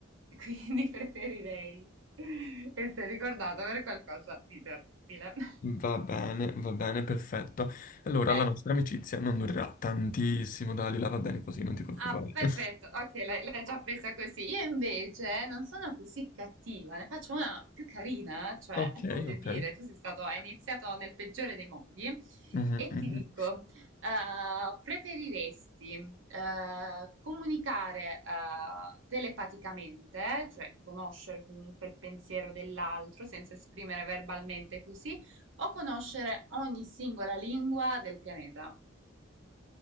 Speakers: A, on the right; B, on the left.
A: quindi <laughs> preferirei. E sei ricordato per qualcosa di terribile. <laughs>
B: Va bene, va bene, perfetto. Allora, la
A: Ecco.
B: nostra amicizia non durerà tantissimo, Dalila, va bene così, non ti preoccupare.
A: Ah, perfetto,
B: <laughs>
A: ok, l'hai l'hai già Ok. presa così. Io invece non sono così cattiva, ne faccio una più carina, cioè,
B: Ok,
A: <laughs> voglio
B: ok.
A: dire, tu sei stato, hai iniziato nel peggiore dei modi
B: Mhm,
A: e
B: mhm.
A: ti dico, eh, preferiresti eh, comunicare eh, telepaticamente, cioè conoscere comunque il pensiero dell'altro senza esprimere verbalmente così, o conoscere ogni singola lingua del pianeta?